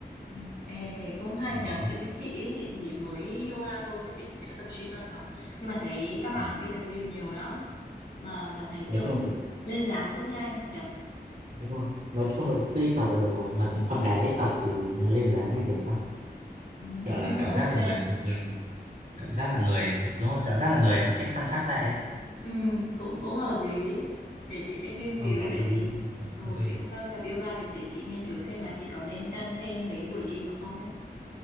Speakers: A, on the left; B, on the right.
A: ừ. Ê, thế cũng hay
B: Đó.
A: nhờ chị chị ấy, chị thì mới yoga thôi chứ chị cũng chưa tập gym bao giờ nhưng mà thấy các bạn
B: À.
A: đi tập gym nhiều lắm mà mà thấy
B: Nói
A: kiểu
B: chung là
A: lên dáng cũng nhanh nhở
B: đúng rồi. Nói chung là cứ đi tập là được rồi. Mà con gái tập thì lên dáng ấy đẹp lắm.
A: ừ,
B: Kiểu là cảm
A: ok
B: giác là người, người cảm giác là người đúng rồi cảm giác là người nó sẽ săn sắc lại ấy.
A: ừ, cũng cũng hợp lý để chị sẽ nghiên cứu
B: không thấy
A: tại
B: tự
A: vì
B: nhiên
A: ừ,
B: ok
A: chị cũng đang tập yoga thì để chị nghiên cứu xem là chị có nên đan xen mấy cái buổi gym mà không ấy